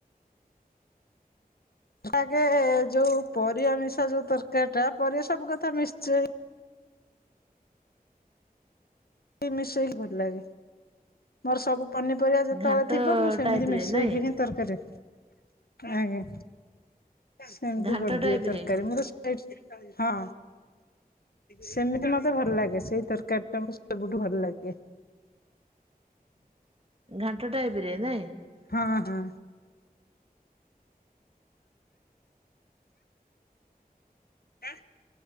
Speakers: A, on the left; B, on the right.
A: ଆଗେ ଯୋଉ ପରିବା ମିଶା ଯୋଉ ତରକାରୀ ଟା ପରିବା ସବୁ କଥା ମିଶ୍ଚି। ମିଶେଇକି ଭଲ ଲାଗେ। ମୋର ସବୁ ପନିପରିବା ଯେତେବେଳେ
B: ଘାଣ୍ଟ
A: ଥିବ ମୁଁ ସେମିତି
B: ଟାଇପ
A: ମିଶେଇକି
B: ରେ ନାଇଁ
A: ହିଁ ତରକାରୀ। ଆଜ୍ଞା ସେମତିି
B: ଘାଣ୍ଟ
A: କରିଦିଏ
B: ଟାଇପ
A: ତରକାରି
B: ରେ
A: ମୁଁ ତ ସେଇଠୀ ହଁ।
B: <inaudible>
A: ସେମିତି ମତେ ଭଲ ଲାଗେ। ସେଇ ତରକାରୀ ଟା ମତେ ସବୁଠୁ ଭଲ ଲାଗେ।
B: ଘାଣ୍ଟ ଟାଇପ୍ ରେ ନାଇଁ?
A: ହଁ ହଁ। ଆଁ।